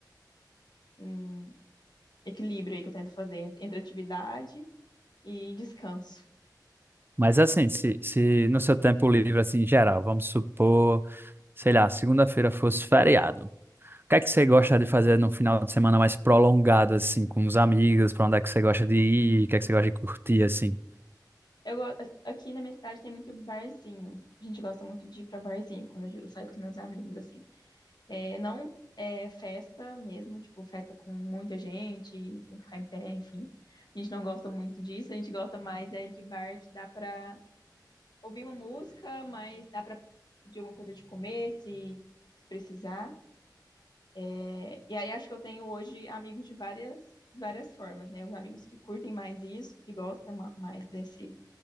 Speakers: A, on the left; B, on the right.
A: um equilíbrio aí que eu tento fazer entre entre atividade e descanso.
B: Mas assim, se, se no seu tempo livre, assim, em geral, vamos supor, sei lá, segunda-feira fosse feriado. O que é que você gosta de fazer no final de semana mais prolongado, assim, com os amigos? Pra onde é que você gosta de ir? O que é que você gosta de curtir, assim?
A: Eu go- aqui na minha cidade tem muito barzinho. A gente gosta muito de ir para barzinho quando eu saio com os meus amigos assim. É, não é festa mesmo, tipo, festa com muita gente, tem que ficar em pé, enfim. A gente não gosta muito disso, a gente gosta mais é de bar que dá pra ouvir uma música, mas dá pra pedir alguma coisa de comer, se, se precisar. É, e aí acho que eu tenho hoje amigos de várias, de várias formas, né? Os amigos que curtem mais isso, que gostam ma- mais desse,